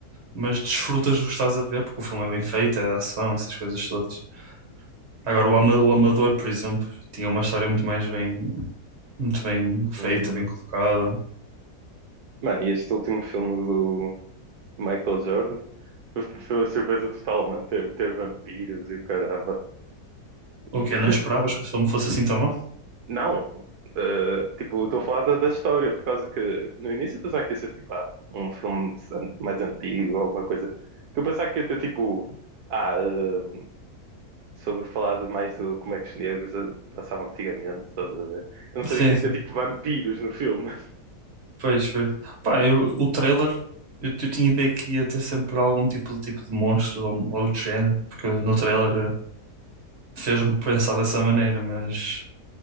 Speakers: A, on the right; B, on the right.
A: mas desfrutas do que estás a ver, porque o filme é bem feito, é de ação, essas coisas todas. Agora, o
B: Hum,
A: Ama- o Amador, por exemplo, tinha uma história muito mais bem, muito bem feita,
B: hum.
A: bem colocada.
B: Mano, e este último filme do Michael Jordan foi foi uma surpresa total, mano. Ter, ter vampiros e o caramba.
A: O
B: <laughs>
A: quê? Não esperavas que o filme fosse assim tão bom?
B: Não, eh, tipo, estou a falar da, da história, por causa que no início eu pensava que ia ser tipo, ah, um filme an- mais antigo, alguma coisa. Que eu pensava que ia ter tipo, ah, eh, sobre falar de mais do como é que os negros eh, passavam antigamente, estás a ver? Eu não sabia
A: Sim,
B: que ia
A: sim.
B: ter tipo vampiros no filme.
A: Pois, foi. Pá, eu, o trailer, eu, eu tinha ideia que ia ter sempre algum tipo de tipo de monstro ou algo do género, porque no trailer eh, fez-me pensar dessa maneira, mas